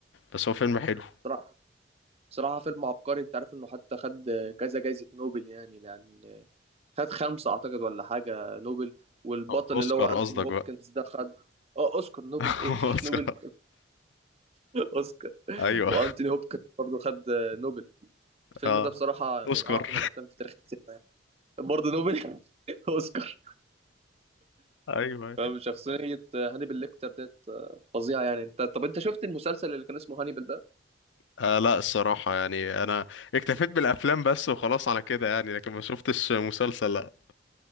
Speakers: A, on the left (about 80°); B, on the right (about 35°).
A: بس هو فيلم حلو
B: بصراحة بصراحة فيلم عبقري انت عارف انه حتى خد كذا جايزة نوبل يعني لان خد خمسة اعتقد ولا حاجة نوبل والبطل
A: اوسكار
B: اللي هو انتوني
A: قصدك
B: هوبكنز
A: بقى
B: ده خد اه اوسكار نوبل
A: <laughs>
B: ايه
A: اوسكار
B: <laughs> نوبل اوسكار
A: ايوه
B: وانتوني هوبكنز برضه خد نوبل الفيلم
A: اه
B: ده بصراحة
A: اوسكار
B: من اعظم الافلام في تاريخ السينما يعني برضه نوبل <laughs> اوسكار
A: ايوه
B: فاهم شخصية هانيبال ليكتر ديت آه، فظيعة يعني انت طب انت شفت المسلسل اللي كان اسمه هانيبال ده؟
A: آه لا الصراحة يعني انا اكتفيت بالافلام بس وخلاص على كده يعني لكن ما شفتش مسلسل لا